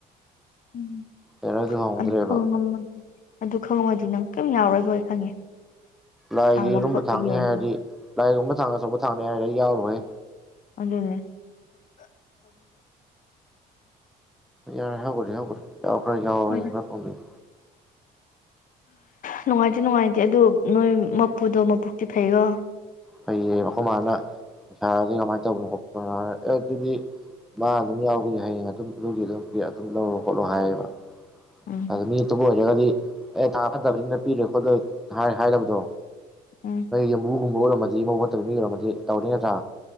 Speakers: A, on the left; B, in the centre.
A: ꯎꯝ
B: ꯑꯦꯔꯁꯨ ꯍ ꯍꯧꯗ꯭ꯔꯦꯕ
A: ꯑꯗꯨ ꯈꯪꯉꯝꯃ ꯑꯗꯨ ꯈꯪꯉꯉꯗꯤ ꯅꯪ ꯀꯔꯤꯝ ꯌꯥꯎꯔꯣꯏꯕꯣꯏ ꯈꯪꯉꯦ
B: ꯂꯥꯏꯒꯤ
A: ꯊꯥꯡꯕ
B: ꯏꯔꯨꯝꯕ
A: ꯈꯣꯠꯄꯒꯤ
B: ꯊꯥꯛꯅꯤ
A: ꯑꯣꯏꯔꯗꯤ
B: ꯍꯥꯏꯔꯗꯤ ꯂꯥꯏꯒꯨꯝꯕ ꯊꯥꯡꯅ ꯑꯆꯧꯕ ꯊꯥꯡꯅꯦ ꯍꯥꯏꯔ ꯑꯩ ꯌꯥꯎꯔꯣꯏ
A: ꯑꯗꯨꯅꯦ
B: ꯌꯥꯔꯦ ꯍꯥꯏꯒꯔ ꯍꯧꯒ ꯌꯥꯎꯈ꯭ꯔꯦ ꯌꯥꯎꯈ꯭ꯔꯦ
A: ꯍꯣꯏ
B: ꯌꯥꯈ꯭ꯔꯦ ꯐꯪꯗꯩ
A: ꯅꯨꯡꯉꯥꯏꯇꯦ ꯅꯨꯡꯉꯥꯏꯇꯦ ꯑꯗꯨ ꯅꯣꯏ ꯃꯄꯨꯗꯣ ꯃꯕꯨꯛꯇꯤ ꯐꯩꯔꯣ
B: ꯐꯩꯌꯦꯕꯀ ꯃꯥꯅ ꯄꯩꯁꯥꯔꯗꯤ ꯀꯃꯥꯏꯅ ꯇꯧꯕꯅꯣ ꯈꯣꯠꯄꯅꯣ ꯑꯦ ꯑꯗꯨꯗꯤ ꯃꯥ ꯑꯗꯨꯝ ꯌꯥꯎꯕꯒꯤ ꯍꯌꯦꯡ ꯑꯗꯨꯝ ꯑꯗꯨꯒꯤ ꯑꯗꯨꯝ ꯑꯗꯨꯝ ꯂꯧꯔꯣ ꯈꯣꯠꯂꯣ ꯍꯥꯏꯌꯦꯕ
A: ꯎꯝ
B: ꯑꯗ ꯃꯤꯠꯇꯕꯨꯣꯖꯒꯥꯗꯤ ꯑꯦ ꯊꯥ ꯐꯠꯇꯕꯅꯤꯅ ꯄꯤꯔꯣꯏ ꯈꯣꯠꯂꯣꯏ ꯍꯥꯏꯔꯕꯗꯣ
A: ꯎꯝ
B: ꯌꯥꯝꯕꯨꯒꯨꯝ ꯍ ꯑꯗꯨ ꯃꯧ ꯐꯠꯇ ꯃꯤ ꯑꯣꯏꯔꯝꯃꯗꯤ ꯇꯧꯔꯅꯤ ꯅꯠꯇ꯭ꯔꯥ